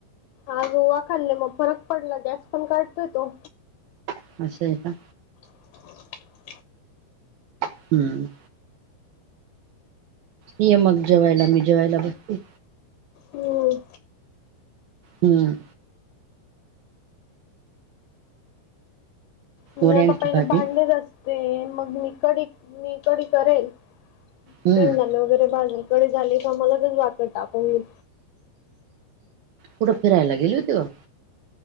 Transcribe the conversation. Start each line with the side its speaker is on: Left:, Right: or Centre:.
Left: आज ओवा खाल्ले मग फरक पडला. गॅस पण काढतोय तो‌
Right: असय आहे का?
Left: हो <inaudible>
Right: हम्म. ये मग जेवायला मी जेवायला बसते.
Left: हम्म.
Right: हम्म.
Left: मी
Right: वड्यांची
Left: आता पहिलं
Right: भाजी
Left: भांडे घसते मग मी कढी मी कढी करेल.
Right: हम्म
Left: शेंगदाणे वगैरे भाजून कढी झाली की मग लगेच वाटण टाकून घेईन.
Right: कुठं फिरायला गेली होती व?